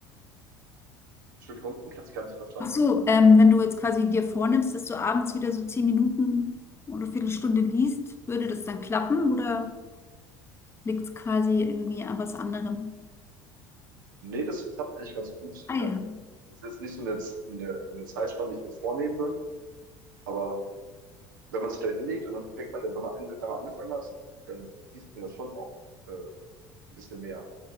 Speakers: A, on the right (about 85°); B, on the left (about 25°).
A: Entschuldigung, ich habe dich gar nicht verstanden.
B: ach so, ähm, wenn du jetzt quasi dir vornimmst, dass du abends wieder so 10 Minuten oder Viertelstunde liest, würde das dann klappen oder liegt es quasi irgendwie an was anderem?
A: Nee, das klappt eigentlich ganz gut.
B: Ah ja,
A: Ähm, das ist nicht so eine, Z- eine, eine Zeitspanne, die ich mir vornehme, aber wenn man sich da hinlegt und dann fängt man, wenn man an, einmal angefangen hat, dann gießt mir das schon auch äh, ein bisschen mehr.